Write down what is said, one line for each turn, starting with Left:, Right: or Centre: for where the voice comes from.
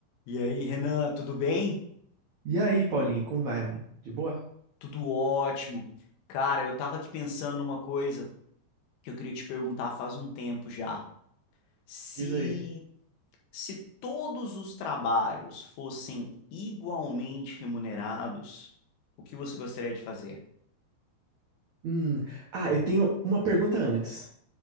Left: E aí, Renan, tudo bem?
Right: E aí, Paulinho, como vai, mano? De boa?
Left: Tudo ótimo. Cara, eu tava aqui pensando numa coisa que eu queria te perguntar faz um tempo já. Se
Right: Diz aí.
Left: se todos os trabalhos fossem igualmente remunerados, o que você gostaria de fazer?
Right: Hum. Ah, eu tenho uma pergunta antes.